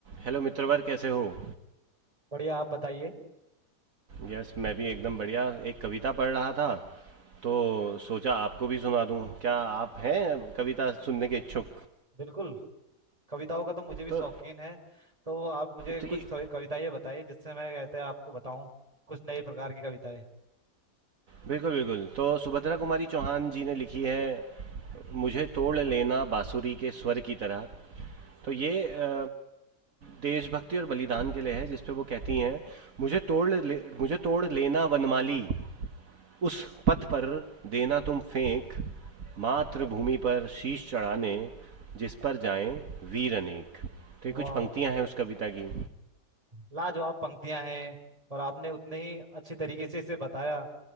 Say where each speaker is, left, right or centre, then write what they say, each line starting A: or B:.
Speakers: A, on the right; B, on the right.
A: हेलो मित्रवर कैसे हो
B: बढ़िया आप बताइए
A: यस मैं भी एकदम बढ़िया एक कविता पढ़ रहा था तो सोचा आपको भी सुना दूं क्या आप हैं कविता सुनने के इच्छुक
B: बिल्कुल कविताओं का तो मुझे भी
A: तो
B: शौकीन है तो आप मुझे
A: ठीक
B: कुछ कवि- कविताएं बताइए जिससे मैं कहते हैं आपको बताऊं कुछ नए प्रकार की कविताएं
A: बिल्कुल बिल्कुल तो सुभद्रा कुमारी चौहान जी ने लिखी है मुझे तोड़ लेना बांसुरी के स्वर की तरह तो ये अ, देशभक्ति और बलिदान के लिए है जिस पे वो कहती हैं मुझे तोड़ ले मुझे तोड़ लेना वनमाली उस पथ पर देना तुम फेंक मातृभूमि पर शीश चढ़ाने जिस पर जाएं वीर अनेक तो ये कुछ
B: वाह
A: पंक्तियां हैं उस कविता की
B: लाजवाब पंक्तियां हैं और आपने उतने ही अच्छे तरीके से इसे बताया